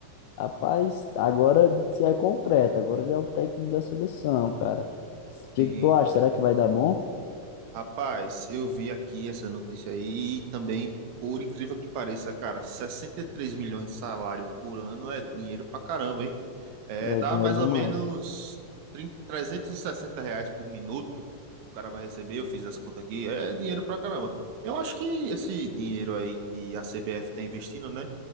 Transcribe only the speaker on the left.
Rapaz, agora se é concreto, agora ele é o técnico da seleção, cara. O que
que tu acha? Será que vai dar bom?
É
dinheiro
demais.